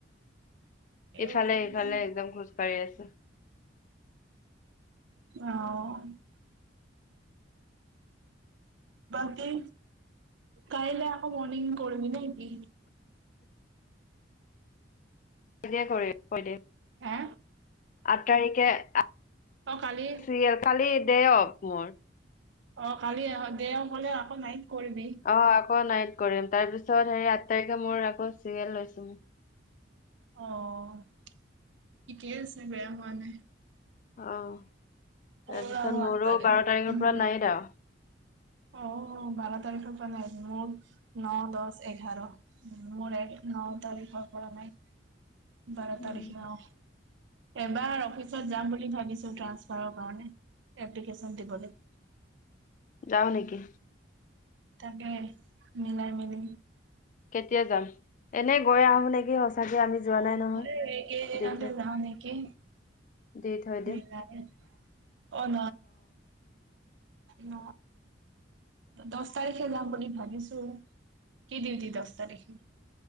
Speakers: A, on the left; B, on the right.
A: ইফালে
B: উপায়
A: সিফালে
B: নাই
A: একদম খোজ কাঢ়ি আছোঁ।
B: অ', বাকী, কাইলৈ আকৌ মৰ্নিং কৰিবি নেকি?
A: দিনতে কৰি কৈ দে।
B: হে
A: আঠ তাৰিখে চিৰিয়েল,
B: অ কালি
A: খালি দে অ'ক মোৰ।
B: অ' কালি দেও হ'লে, আকৌ নাইট কৰিবি।
A: অ', আকৌ নাইট কৰিম, তাৰপিছত হেৰি আঠ তাৰিখে মোৰ আকৌ চিৰিয়েল লৈছোঁ।
B: অ', ঠিকেই আছে, বেয়া হোৱা নাই।
A: অ',
B: মোৰ
A: তাৰপিছত
B: আৰু
A: মোৰো
B: আঠ তাৰিখ,
A: বাৰ তাৰিখৰ
B: উম।
A: পৰা নাই আৰু।
B: অ', বাৰ তাৰিখৰ পৰা নাইট, মোৰ ন দশ এঘাৰ। মোৰ এক ন তাৰিখৰ পৰা নাই, বাৰ
A: উম
B: তাৰিখ অ', এইবাৰ অফিচত যাম বুলি ভাবিছোঁ। ট্ৰাঞ্চফাৰৰ কাৰণে, এপ্লিকেশ্যন দিবলৈ।
A: যাওঁ নেকি?
B: তাকেহে মিলাই মিলি।
A: কেতিয়া যাম, এনেই গৈ আহোঁ নেকি? সঁচাকে আমি যোৱা
B: অ',
A: নাই নহয়
B: এইকেইদিনতে
A: দি থৈ
B: যাওঁ নেকি?
A: দি থৈ দিম
B: মিলাই অ', ন। দহ তাৰিখে যাম বুলি ভাবিছোঁ, কি দিউটি দহ তাৰিখে।